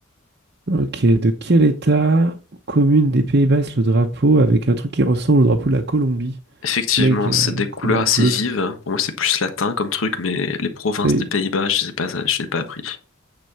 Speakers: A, on the right; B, on the left.
A: Ok, de quel état ou commune des Pays-Bas est le drapeau avec un truc qui ressemble au drapeau de la Colombie,
B: Effectivement,
A: mais qui a
B: c'est
A: une
B: des couleurs
A: couleur
B: assez
A: bleue?
B: vives. Pour moi, c'est plus latin comme truc, mais les provinces
A: Et
B: des Pays-Bas, je sais pas, ça- je l'ai pas appris.